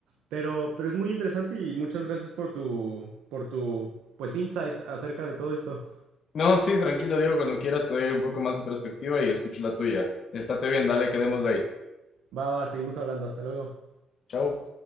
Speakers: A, on the right; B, on the left.
A: Pero, pero es muy interesante y muchas gracias por tu, por tu, pues, insight acerca de todo esto.
B: No, sí, tranquilo, Diego, cuando quieras te doy un poco más de perspectiva y escucho la tuya. Estate bien, dale, quedemos de ahí.
A: Va, va, seguimos hablando. Hasta luego.
B: Chao.